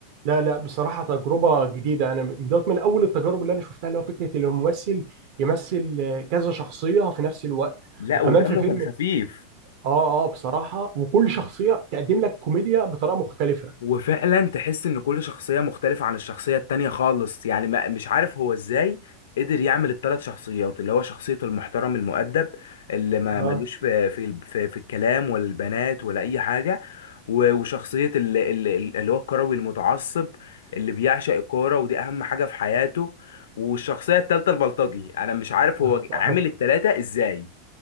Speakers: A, on the right; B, on the left.
A: لا لا بصراحة تجربة جديدة أنا بدأت من أول التجارب اللي أنا شفتها اللي هو فكرة إن الممثل يمثل كذا شخصية في نفس الوقت
B: لا
A: وكمان
B: ودمه
A: في فيلم
B: كان خفيف
A: آه آه بصراحة وكل شخصية تقدم لك كوميديا بطريقة مختلفة
B: وفعلا تحس ان كل شخصية مختلفة عن الشخصية التانية خالص يعني ما مش عارف هو ازاي قدر يعمل الثلاث شخصيات اللي هو شخصية المحترم المؤدب اللي ما
A: آه
B: ملوش في في ال- في, في الكلام ولا البنات ولا اي حاجة و- وشخصية ال- ال- ال- اللي هو الكروي المتعصب اللي بيعشق الكورة ودي اهم حاجة في حياته والشخصية التالتة البلطجي انا مش عارف
A: <laughs>
B: هو عامل التلاتة ازاي